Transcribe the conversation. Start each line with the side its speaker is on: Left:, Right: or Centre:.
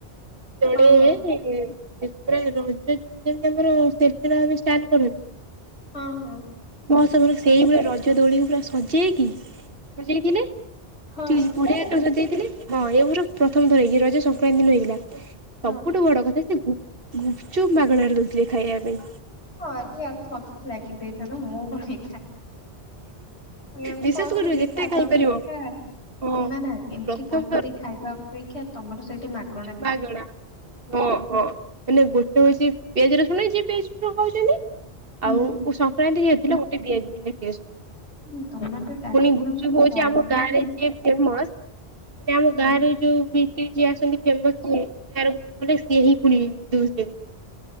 Right: ଜଣେ।
Left: ହଁ ହଁ
Right: ଏପା ରଜତି ଯେମିତି ଆମର ଭା <inaudible>
Left: ହଁ ହଁ
Right: ସବ <inaudible> ସେଇଭଳିଆ ରଜ ଦୋଳି ପୁରା ସଜ। କିଥିଲେ <inaudible>
Left: ହଁ
Right: ଚିଜ
Left: ସତରେ
Right: ବଢିଆସେ ଦେଇଦେଲି। ହଁ ଏଭର ପ୍ରଥମ ଥର ହେଇକି ରଜ ସଂକ୍ରାନ୍ତି ଦିନ ହେଇକି।
Left: ହଁ
Right: ସବୁଠୁ ବଡ କଥା। ଗୁପଚୁପ ମାଗଣାରେ ଦଉଥିଲେ ଖାଇବା ପାଇଁ।
Left: ହଁ ଏଇ ଗଲା ମତେ ଲେଖି ଦେଇଥାାନ ମୁଁ ଭଣି <inaudible> ଏମତି
Right: ବିଶେଷ କରି
Left: ପଇସା ଦେଇ
Right: ଯେତେ
Left: ଖାଇବା
Right: ଖାଇପାରିବ
Left: ଅପେକ୍ଷା
Right: ହଁ
Left: ନା ନା ଏମିତି
Right: ପ୍ରଥମ
Left: ପଇସା ଦେଇ ଖାଇବା ଅପେକ୍ଷା ତମର ସେଇଠି ମାଗ।
Right: ବାଗଡ଼ ହଁ ହଁ। ଗୋଟେ ହଉଛି ପିଆଜ ରସୁଣ ହେଇଚି ପିଆଜ ରସୁଣ ଖାଉଛନ୍ତି।
Left: ହୁଁ।
Right: ଆଉ ସଂକ୍ରାନ୍ତି ଯେହେତୁ। ଗୋଟେ ଦିଆଯିବ।
Left: ହୁଁ, ତମେ ତ ଡାକିଲ
Right: ପୁଣି ଗୁପ୍
Left: ମୁଁ
Right: ଚୁପ୍ ହଉଚି
Left: ପଳେଇଥାନ୍ତି
Right: ଆମ ଗାଁର ଫେମସ । ମାନେ ଆମ
Left: ହୁଁ
Right: ଗାଁ ରରେ ଯୋଉ ବିକ୍ରି ଯିଏ ଆସନ୍ତି। ହାରକୁାନ ସିଏ ହିଁ ପୁଣି ଦଉ <inaudible>